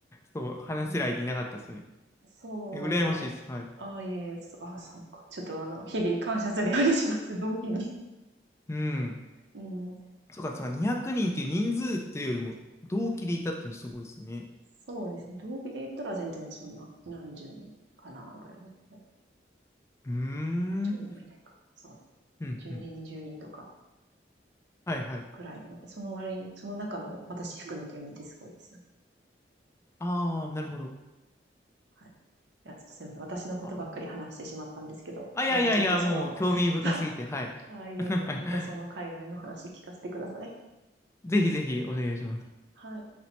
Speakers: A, on the left (about 15°); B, on the right (about 75°).
A: そう、話せる相手いなかったですね。
B: なるほどそうですねいや、
A: え羨ましいです。はい。
B: ああ、いえいえ、そああ、そうか。ちょっとあの、日々感謝するようにします、同期に。
A: うん。
B: <laughs> うん。
A: そうか、そうか、200人っていう人数というよりも、同期でいたっていうのすごいですね。
B: そうですね。同期で言ったら全然そんな、何十人かな、ぐらいの。え
A: うーん。う
B: 何十人もいないか。
A: ん、
B: そう。
A: うん、
B: 10人、
A: うん
B: 20人とか、
A: はいはい。
B: ぐらいなので、その割に、その中の私含めて4ってすごいですよ。
A: ああ、なるほど。
B: はい。いや、ちょっとすいません。私のことばっかり話してしまったんですけど、
A: あーあ、いやいやいや、
B: またちょっとその、
A: もう興味深すぎて、
B: <laughs>
A: はい。
B: ああ、いえいえ、
A: <laughs>
B: またその界隈の話聞かせてください。
A: ぜひぜひお願いします。
B: はい。